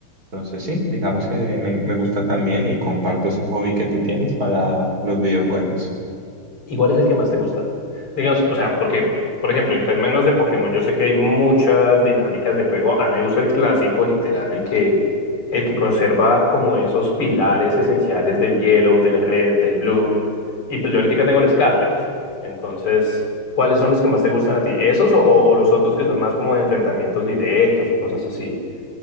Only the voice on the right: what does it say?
Entonces sí, digamos que me, me gusta también y comparto ese hobby que tú tienes para los videojuegos.